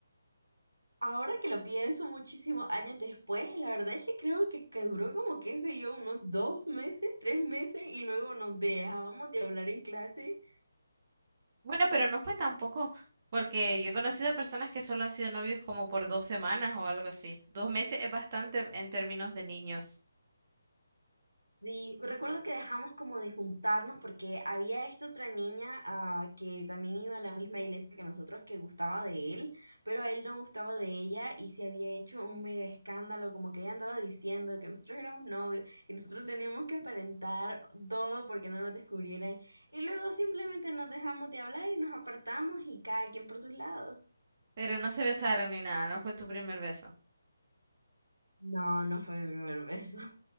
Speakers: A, on the right; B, on the right.
A: Ahora que lo pienso muchísimos años después, la verdad es que creo que, que duró como, qué sé yo, unos dos meses, tres meses, y luego nos dejábamos de hablar en clase
B: Bueno, pero no fue tampoco, porque yo he conocido personas que solo han sido novios como por dos semanas o algo así. Dos meses es bastante en términos de niños,
A: Sí, recuerdo que dejamos como de juntarnos porque había esta otra niña ah, que también iba a la misma iglesia que nosotros que gustaba de él, pero a él no gustaba de ella y se había hecho un mega escándalo, como que ella andaba diciendo que nosotros éramos novios y nosotros teníamos que aparentar todo porque no nos descubrieran. Y luego simplemente nos dejamos de hablar y nos apartamos y cada quien por sus lados.
B: pero no se besaron ni nada, no fue tu primer beso.
A: No, no fue mi primer beso. <laughs>